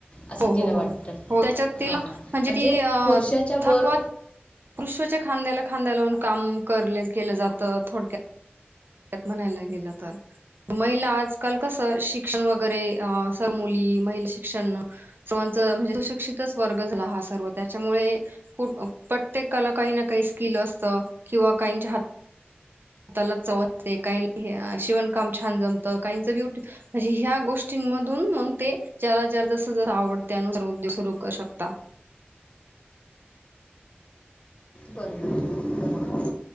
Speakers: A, on the left; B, on the right.
A: असं
B: हो
A: तिला
B: हो
A: वाटतं.
B: हो हो, त्याच्यात तिला,
A: हां,
B: म्हणजे ती अ.
A: पुरुषाच्या बर
B: थकवा, पुरुषाच्या खांद्याला, खांद्या लावून काम कर, केलं जातं थोडक्यात. त्यात म्हणायला गेल तर, महिला आजकाल कस शिक्षण वगैरे अ, सर्व मुली, महिला शिक्षण सर्वांच म्हणजे सुशिक्षितच वर्ग झाला हा सर्व त्याच्यामुळे प्रत्येकाला काही ना काही स्किल असत, किंवा काहीच्या हात हाताला चव असते, काहींना ह्या शिवणकाम छान जमतं, काहीचं ब्युटी म्हणजे ह्या गोष्टींमधून मंग ते ज्याला ज जसं ज, आवडत त्यानुसार उद्योग सुरू करू शकता.
A: बरोबर